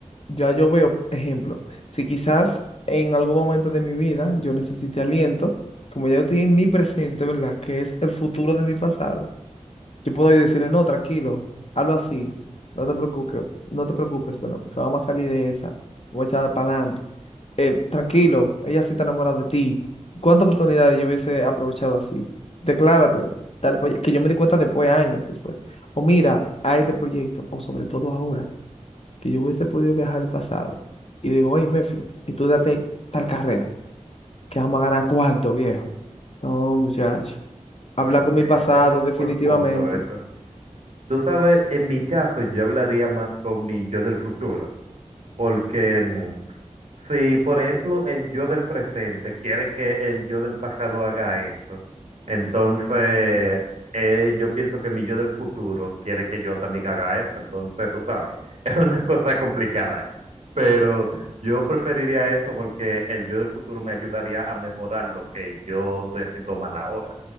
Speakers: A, on the left; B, on the right.
A: ya yo veo, ejemplo, si quizás en algún momento de mi vida yo necesite aliento, como ya yo estoy en mi presente, ¿verdad? Que es el futuro de mi pasado, yo puedo ir decirle, no, tranquilo, hazlo así, no te preocupes, no te preocupes, perdón, que vamos a salir de esa, voy a echar para adelante. Eh, tranquilo, ella sí está enamorada de ti. ¿Cuántas oportunidades yo hubiese aprovechado así? Decláratele, tal, proye- que yo me di cuenta después, años después. O mira, a este proyecto, o sobre todo ahora que yo hubiese podido viajar al pasado y digo, hey, Mefi, date tal carrera, que vamos a ganar cuarto, viejo. No, muchacho. Habla
B: Bueno,
A: con
B: sí,
A: mi
B: <laughs>
A: pasado,
B: es un
A: definitivamente.
B: buen punto eso. Tú sabes, en mi caso yo hablaría más con mi yo del futuro, porque mm, si, por ejemplo, el yo del presente quiere que el yo del pasado haga eso, entonces eh, yo pienso que mi yo del futuro quiere que yo también haga eso, entonces tú sabes, <laughs> es una cosa complicada ahí, pero yo preferiría eso porque el yo del futuro me ayudaría a mejorar lo que yo estoy haciendo mal ahora,